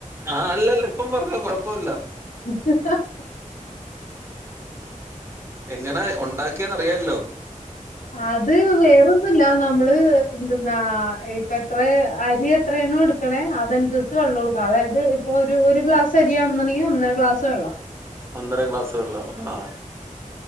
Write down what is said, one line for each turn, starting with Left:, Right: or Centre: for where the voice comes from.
Right: ആഹ് അല്ലല്ല ഇപ്പം പറഞ്ഞോ കൊഴപ്പല്ല.
Left: അഹ്.
Right: എങ്ങനെ ഉണ്ടാക്കിയ അറിയാല്ലോ.
Left: അത് വേറൊന്നുഅല്ല നമ്മള് എന്തെന്നാ ഇപ്പത്ര അരിയ എത്ര എണ്ണം എടുക്കണേ അതനുസരിച്ച് വെള്ളം എടുക്ക അതായത് ഇപ്പോൾ ഒരു ഗ്ലാസ് അരിയാണെന്നുണ്ടെങ്കി ഒന്നര ഗ്ലാസ് വെള്ളം.
Right: ഒന്നര ഗ്ലാസ് വെള്ളോ ആഹ്.